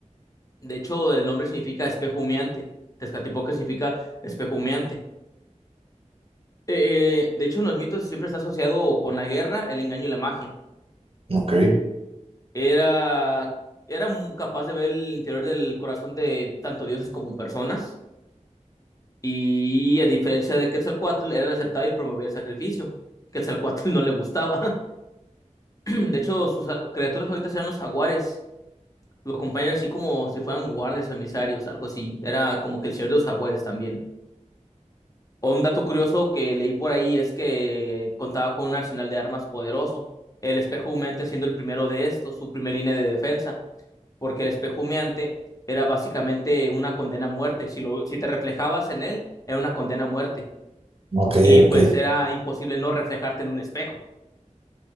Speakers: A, on the left; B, on the right.
A: De hecho, el nombre significa espejo humeante. Tezcatlipoca significa espejo humeante. Eh, eh, de hecho, en los mitos siempre está asociado con la guerra, el engaño y la magia.
B: ok,
A: Era, era mu- capaz de ver el interior del corazón de tanto dioses como personas. Y a diferencia de Quetzalcóatl, era el aceptado y promovía el sacrificio. Quetzalcóatl <laughs> no le gustaba. <clears throat> De hecho, sus a- criaturas ahorita eran los jaguares. Lo acompañan así como si fueran guardias o emisarios, algo así. Era como que el señor de los jaguares también. O un dato curioso que leí por ahí es que contaba con un arsenal de armas poderoso. El espejo humeante siendo el primero de estos, su primer línea de defensa. Porque el espejo humeante era básicamente una condena a muerte. Si, lo, si te reflejabas en él, era una condena a muerte.
B: ok,
A: Y pues
B: ok.
A: era imposible no reflejarte en un espejo.